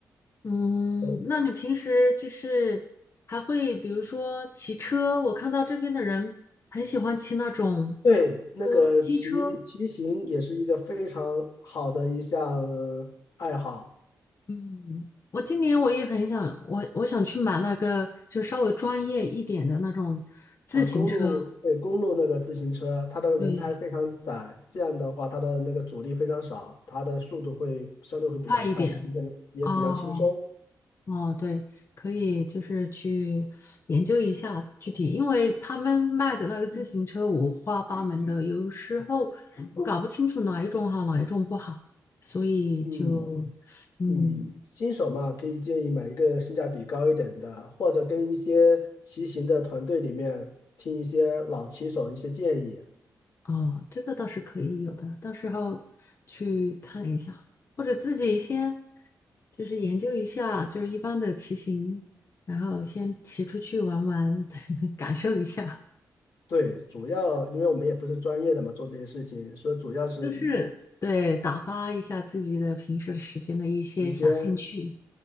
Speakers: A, on the left; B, on the left.
A: 嗯，
B: 呃
A: 那你平时就是还会比如说骑车，我看到这边的人很喜欢骑那种
B: 对，那个骑骑行也是一个非常好的一项
A: 车，机车。
B: 爱好
A: 嗯，我今年我也很想，我我想去买那个就稍微专业一点的那种自行车，
B: 啊。公路，对，公路那个自行车，它的轮胎非常窄，
A: 对，
B: 这样的话它的那个阻力非常少，它的速度会相对会比较快，
A: 快一点。
B: 骑起来也比较轻松。
A: 哦哦，对，可以就是去研究一下具体，因为他们卖的那个自行车五花八门的，有时候搞不清楚哪一种好，哪一种不好，所以就
B: 嗯
A: 嗯，
B: 嗯，新手嘛，可以建议买一个性价比高一点的，或者跟一些骑行的团队里面听一些老骑手一些建议。
A: 哦，这个倒是可以有的，到时候去看一下，或者自己先就是研究一下，就是一般的骑行，然后先骑出去玩玩，<laughs> 感受一下，
B: 对，主要因为我们也不是专业的嘛，做这些事情，所以主要是
A: 就是对打发一下自己的平时时间的一些小兴趣。
B: 时间。